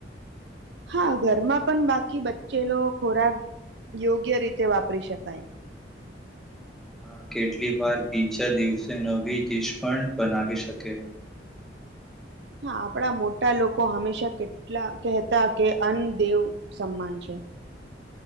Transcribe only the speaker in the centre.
હા, કેટલી વાર બીજા દિવસે નવી ડીશ પણ બનાવી શકે.